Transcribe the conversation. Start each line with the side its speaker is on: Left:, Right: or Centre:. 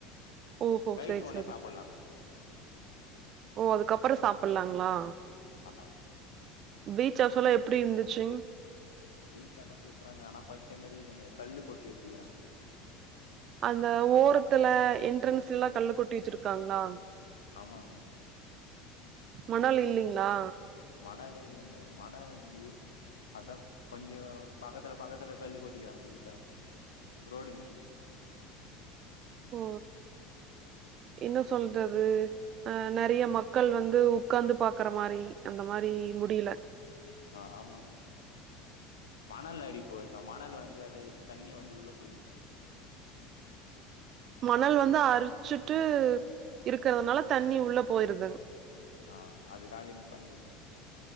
Right: ஓஹோ
Left: கயிட்டு
Right: செர்
Left: ஒடனே
Right: செரி
Left: சாப்பல்லா
Right: ஓ அதுக்கப்பறோ சாப்பில்லாங் உலா
Left: ஆ
Right: பீச் ஹவுஸ்லா எப்டி இர்ந்துச்சு
Left: பீச் ஆனா சூப்பராந்து ஆனா பஸ்டைம் மாரி இல்லங்க கல்லு கொட்டி வச்சுக்கிறாங்க
Right: அந்த ஓரத்துல என்ட்ரன்ஸ்ல்லா கல்ல கொட்டி வச்சிருக்காங்களா
Left: ஆமாங்க
Right: மணல் இல்லிங்ளா
Left: மணலே இல்லங்க மணல் எ அதா கொஞ்சோ பக்கத்துல பக்கத்துல கல்லு கொட்டிகாங்க நீட்டா ரோடு மேரி
Right: ஓ என்ன சொல்றது அ நெறய மக்கள் வந்து உக்காந்து பாக்குற மாரி அந்த மாரி இ முடியில
Left: ஆ ஆமாங் மணலரி போயிருக்கூ மணலு வந்து அப்டியே தண்ணி வந்து உள்ள போயினூ
Right: மணல் வந்து அரிச்சுட்டு இருக்கறதுனால தண்ணி உள்ள போயிருதுங்
Left: ஆ அதுக்காக இன்னிக் பண்ணிகிறாங்